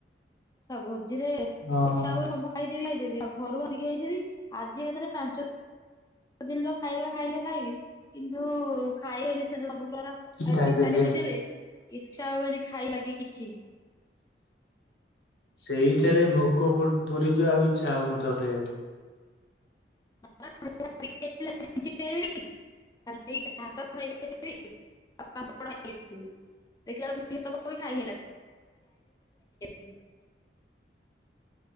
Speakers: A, on the left; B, on the left.
A: ସ ଭୋଜିରେ
B: ଓହୋ
A: ଇଚ୍ଛା ହୁଏ ସବୁ ଖାଇଦେବି ଖାଇଦେବି ଆଉ ଘରୁକୁ ଭାବିକି ଯାଇଥିବି ଆଜି ଏକାଥରେ ପାଞ୍ଚ ଦିନର ଖାଇବା ଖାଇଲେ ଖାଇବି କିନ୍ତୁ ଖାଇବେନି ସେ ଯୋଉ ସବୁ ପ୍ରକାର
B: କିଛି
A: ଆଇଟମ୍
B: ଖାଇପାରିବେନି।
A: <unintelligible> ଦେଖିଲେ ଇଚ୍ଛା ହୁଏନି ଖାଇବା ଲାଗି କିଛି
B: ସେଇଥିରେ ଭୋକ ପୁ ପୁରିଯିବ ଆଉ ଇଚ୍ଛା ହଉ ନଥିବ ଖାଇବାକୁ।
A: <unintelligible> କାଲି <unintelligible> ଆସିବେ ଆଉ ପାମ୍ପଡ ନେଇକି ଆସିବେ। ଦେଖିଲାଳକୁ ଏତକ ବି ଖାଇ ହେଲାନି <unintelligible>